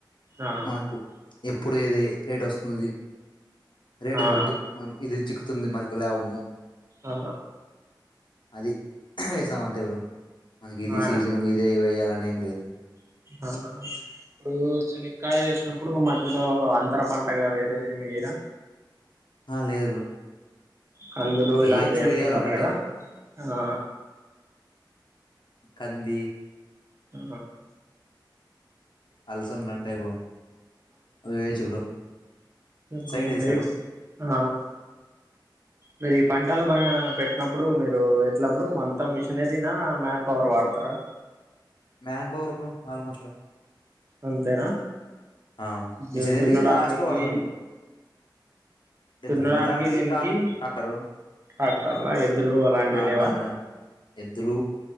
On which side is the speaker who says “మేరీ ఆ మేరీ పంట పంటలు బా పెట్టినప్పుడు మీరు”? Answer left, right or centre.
Right